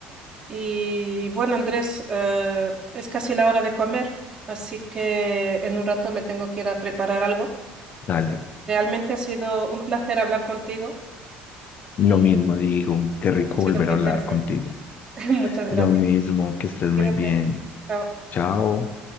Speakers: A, on the right; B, on the left.
A: Y bueno, Andrés, eh, es casi la hora de comer, así que en un rato me tengo que ir a preparar algo.
B: Dale.
A: Realmente ha sido un placer hablar contigo y
B: Lo mismo digo, qué rico
A: ha sido
B: volver
A: muy
B: a
A: interesante.
B: hablar contigo.
A: <laughs> Muchas
B: Lo
A: gracias.
B: mismo, que estés muy
A: Cuídate.
B: bien.
A: Chao.
B: Chao.